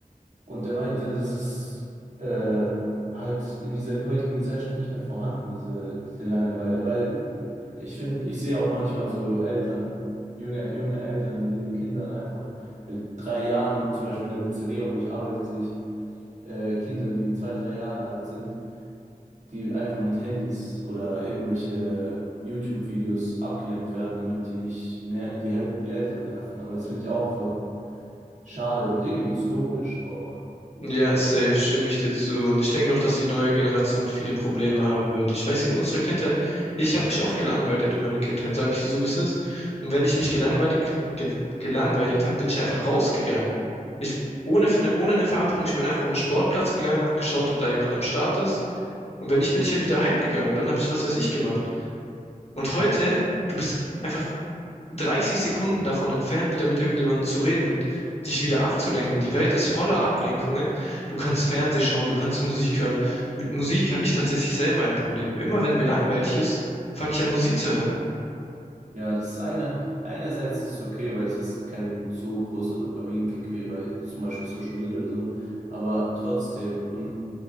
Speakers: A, on the right; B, on the left.
A: Und der meinte, das ist äh, halt in dieser heutigen Gesellschaft nicht mehr vorhanden, diese, diese Langeweile. Weil ich finde, ich sehe auch manchmal so Eltern, junge, junge Eltern, die den Kindern einfach mit drei Jahren, zum Beispiel in der Pizzeria, wo ich arbeite, sehe ich äh, Kinder, die zwei, drei Jahre alt sind, die einfach mit Handys oder irgendwelche YouTube-Videos abgelenkt werden, damit die nicht ner die, Hel die Eltern nerven. Aber das finde ich auch voll schade und irgendwie dystopisch auch.
B: Ja, safe, stimme ich dir zu. Und ich denke auch, dass die neue Generation viele Probleme haben wird. Ich weiß, in unserer Kindheit, ich habe mich oft gelangweilt in meiner Kindheit, sage ich dir so, wie es ist. Und wenn ich mich gelangweilt, ge gelangweilt habe, bin ich einfach rausgegangen. Ich, ohne, ohne eine Verabredung, ich bin einfach auf den Sportplatz gegangen, habe geschaut, ob da jemand am Start ist. Und wenn nicht, bin ich halt wieder heimgegangen. Und dann habe ich was weiß ich gemacht. Und heute, du bist einfach 30 Sekunden davon entfernt, wieder mit irgendjemandem zu reden und dich wieder abzulenken. Die Welt ist voller Ablenkungen. Du kannst Fernseh schauen, du kannst Musik hören. Mit Musik habe ich tatsächlich selber ein Problem. Immer wenn mir langweilig ist, fange ich an, Musik zu hören.
A: Ja, das ist eine, einerseits ist es okay, weil es ist kein so großer Dopaminkick wie bei zum Beispiel Social Media oder so. Aber trotzdem, und